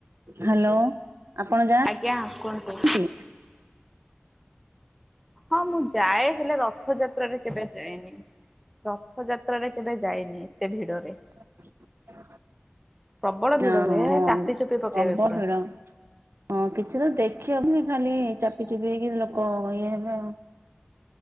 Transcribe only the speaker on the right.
ହ୍ୟାଲୋ ଆପଣ ଯାଆ ନ୍ତି
ନ୍ତି
<inaudible>
ହଁ
ହଁ
ପ୍ରବଳ
ଭିଡ ହଁ, କିଛି ତ ଦେଖିହବନି ଖାଲି ଚାପି ଚୁପି ହେଇକି ଲୋକ ଇଏ ହେବେ ଆଉ